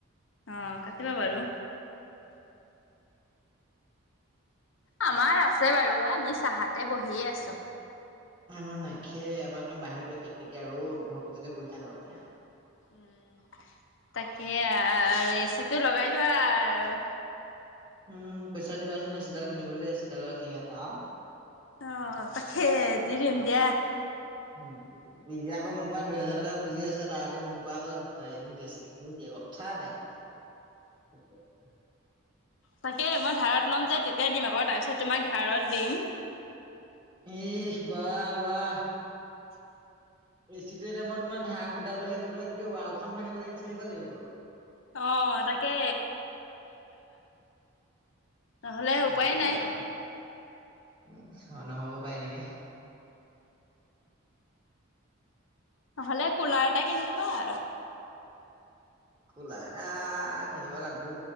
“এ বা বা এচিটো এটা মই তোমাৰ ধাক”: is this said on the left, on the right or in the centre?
Right